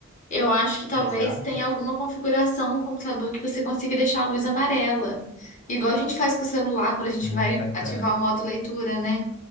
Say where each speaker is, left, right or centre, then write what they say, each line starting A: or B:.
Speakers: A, on the left; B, on the left.
A: Eu acho que talvez
B: Exato.
A: tenha alguma configuração no computador que você consiga deixar a luz amarela. Igual a gente faz com o celular quando a gente
B: Hum,
A: vai
B: bacana.
A: ativar o modo leitura, né?